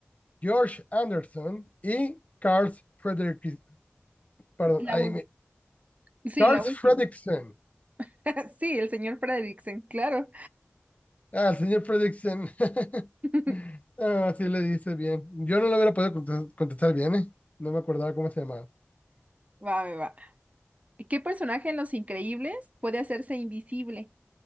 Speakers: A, on the left; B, on the right.
A: George Anderson y Carl Fredrick, perdón,
B: La,
A: ahí
B: ul-
A: me-
B: sí,
A: Carl
B: la
A: Fredrickson.
B: última. <laughs> Sí, el señor Fredricksen, claro.
A: Ah, el señor Fredrickson. <laughs>
B: <laughs>
A: Ah, Así le dice bien. Yo no lo hubiera podido contes- contestar bien, ¿eh? No me acordaba cómo se llamaba.
B: Va, me va. ¿Qué personaje en Los Increíbles puede hacerse invisible?